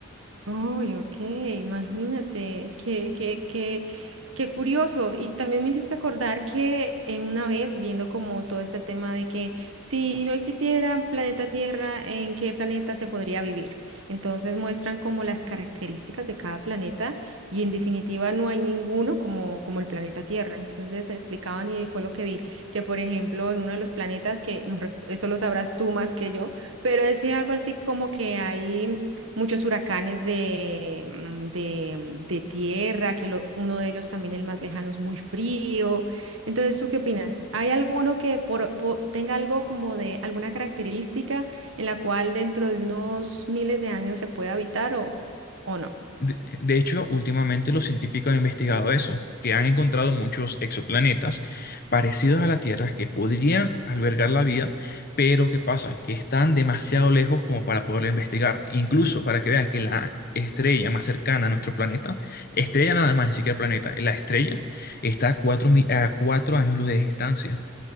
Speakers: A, on the right; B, on the left.
A: Uy, ok, imagínate, qué, qué, qué, qué curioso. Y también me hiciste acordar que eh, una vez viendo como todo este tema de que si no existiera planeta Tierra, ¿en qué planeta se podría vivir? Entonces muestran como las características de cada planeta y en definitiva no hay ninguno como, como el planeta Tierra. Entonces explicaban y fue lo que vi, que por ejemplo en uno de los planetas, que no recu- eso lo sabrás tú más que yo, pero decía algo así como que hay muchos huracanes de, mm, de, mm, de tierra, que lo- uno de ellos también el más lejano es muy frío. Entonces, ¿tú qué opinas? ¿Hay alguno que por- por- tenga algo como de alguna característica en la cual dentro de unos miles de años se pueda habitar o, o no?
B: De, de hecho, últimamente los científicos han investigado eso, que han encontrado muchos exoplanetas parecidos a la Tierra que podrían albergar la vida, pero ¿qué pasa? Que están demasiado lejos como para poderlo investigar. Incluso para que vean que la estrella más cercana a nuestro planeta, estrella nada más, ni siquiera planeta, la estrella está a cuatro mil- a cuatro años luz de distancia.